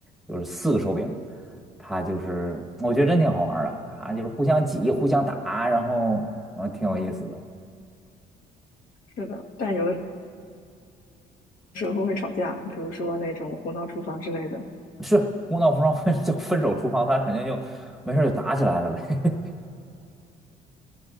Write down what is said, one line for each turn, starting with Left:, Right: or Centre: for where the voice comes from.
Centre: 就是四个手柄，他就是我觉得真挺好玩儿的，他就是互相挤、互相打，然后呃挺有意思的。
Left: 是的，但有的时候会吵架，比如说那种胡闹厨房之类的。
Centre: 是胡闹不双分 <laughs> 叫分手厨房，他肯定就没事儿就打起来了呗。